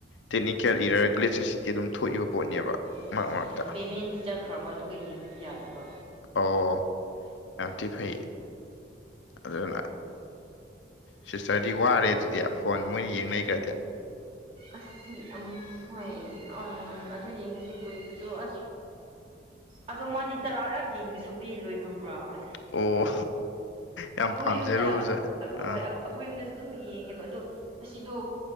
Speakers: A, on the left (about 85°); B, on the right (about 30°).
A: ꯇꯦꯛꯅꯤꯀꯦꯜ ꯏꯔ ꯒ꯭ꯦꯠꯁ ꯑꯁꯤꯁꯤꯗꯤ ꯑꯗꯨꯝ ꯊꯣꯛꯏꯕ ꯄꯣꯠꯅꯦꯕ
B: ꯎꯝ
A: ꯃꯔꯛ ꯃꯔꯛꯇ
B: ꯎꯝ ꯄꯦꯃꯦꯟꯗꯤ ꯆꯠꯈ꯭ꯔꯕ ꯑꯗꯨꯒ ꯌꯦꯡꯕꯗꯤ ꯌꯥꯗꯕ
A: ꯑꯣ ꯑꯝꯗꯤ ꯐꯩ ꯑꯗꯨꯅ ꯁꯤꯁꯇꯔꯗꯤ ꯋꯥꯔꯦ ꯑꯗꯨꯗꯤ ꯐꯣꯟ ꯃꯣꯏꯅ ꯌꯦꯡ ꯂꯩꯈ꯭ꯔꯗꯤ
B: ꯑ ꯑꯃ ꯍꯣꯏ ꯑꯩꯪ ꯑꯗꯨ ꯌꯦꯡꯉꯁꯦ ꯀꯨꯏꯕꯗꯣ ꯑꯁ ꯑꯗꯣ ꯃꯥꯗꯤ ꯇꯔꯥ ꯂꯥꯛ ꯌꯦꯡꯗꯁꯨ ꯄꯦꯜ ꯂꯣꯏ ꯈꯪꯕ꯭ꯔꯥ ꯑꯁ
A: ꯑꯣ ꯌꯥꯝ
B: ꯑꯩꯈꯣꯏ
A: ꯄꯥꯝꯖꯔꯣ
B: ꯌꯨꯝꯗ
A: ꯑꯣꯖꯛ ꯑ
B: ꯍꯣꯏ ꯑꯩꯈꯣꯏ ꯌꯨꯝꯗꯁꯨ ꯑꯗꯨꯝ ꯌꯦꯡꯉꯦꯕ ꯑꯗꯣ ꯑꯁꯤꯗꯣ